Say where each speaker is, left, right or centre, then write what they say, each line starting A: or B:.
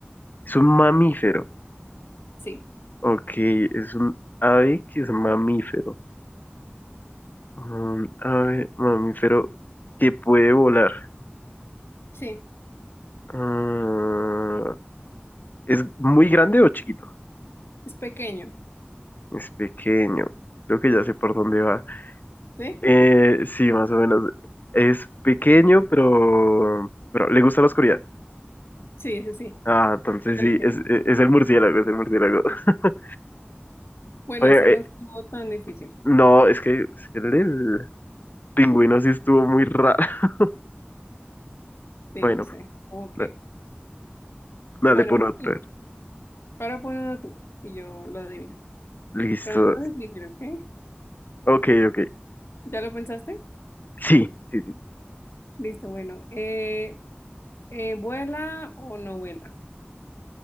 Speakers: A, on the left; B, on the left.
A: Es un mamífero.
B: Sí,
A: Ok, es un ave que es mamífero. Un ave mamífero que puede volar.
B: sí.
A: Ah, ¿es muy grande o chiquito?
B: Es pequeño.
A: Es pequeño. Creo que ya sé por dónde va.
B: ¿Sí?
A: Eh, sí, más o menos. Es pequeño, pero, pero le gusta la oscuridad.
B: Sí, sí, sí.
A: Ah, entonces
B: Creo que
A: sí,
B: lo tiene.
A: es, es- es el murciélago, es el murciélago.
B: Sí.
A: <laughs>
B: Bueno,
A: Oye,
B: ese no
A: eh,
B: estuvo tan difícil.
A: no, es que, es que el del pingüino sí estuvo muy raro. <laughs>
B: Sí,
A: Bueno,
B: lo sé. Ok.
A: da- dale
B: Bueno,
A: por
B: ahora
A: otro.
B: tú. Ahora pon uno tú y yo lo adivino.
A: Listo.
B: Pero no tan difícil, ¿ok?
A: Ok, ok.
B: ¿Ya lo pensaste?
A: Sí, sí, sí.
B: Listo, bueno. Eh, Eh, ¿vuela o no vuela?